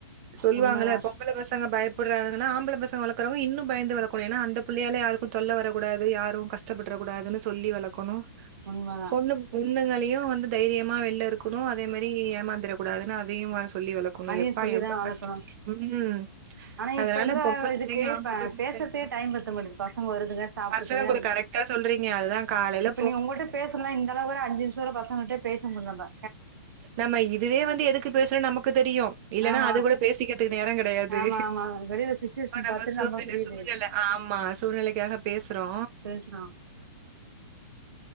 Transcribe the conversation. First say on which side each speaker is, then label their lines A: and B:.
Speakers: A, on the right (about 40°); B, on the right (about 70°).
A: சொல்லுவாங்கள
B: உண்மதா
A: பொம்பள பசங்க பயப்படுறாங்கன்னா ஆம்பள பசங்க வளக்கறவங்க இன்னு பயந்து வளக்கணு ஏன்னா அந்த பிள்ளயால யாருக்கு தொல்ல வர கூடாது யாரும் கஷ்டபட்றகூடாதுன்னு சொல்லி வளக்கணு
B: உண்மதா
A: ஒன்னு உண்ணங்களயு வந்து தைரியமா வெள்ல இருக்கணு அதே மாரி ஏமாந்திரக்க கூடாதுன்னா அதையு சொல்லி வளக்கணு
B: அதையு
A: எப்பா
B: சொல்லிதா
A: எவ்ளோ
B: வளக்கணு
A: கஷ்டோ உம்
B: ஆனா
A: அதனால
B: இப்ப எல்லா
A: பொம்பல
B: இதுக்கு
A: <unintelligible>
B: இப்ப பேசுறதுக்கே டைம் பத்த மாட்டேது பசங்க வருதுங்க சாப்டுதுங்க
A: பசங்க கூட கரெக்டா சொல்றீங்க அதுதா காலயில
B: இப்ப நீ உங்கள்ட்ட பேசலன்னா இந்த அளவுக்கு அஞ்சு நிமிஷோ பசங்கள்ட்ட பேச முடிலபா
A: மேம் நா இதுவே வந்து எதுக்கு பேசுறோ நமக் இப்ப தெரியூ இல்லைனா
B: ஆமா
A: அது கூட பேசிக்கிறதுக் நேரோ கெடையாது
B: ஆமா ஆமா வெளியில சிச்சுவேஷன்
A: இப்ப
B: பாத்துட்டு
A: சூழ்நிலை
B: நம்ம புரியுது
A: சூழ்நிலை ஆமா சூழ்நிலைக்காக பேசுறோ
B: பேசுனா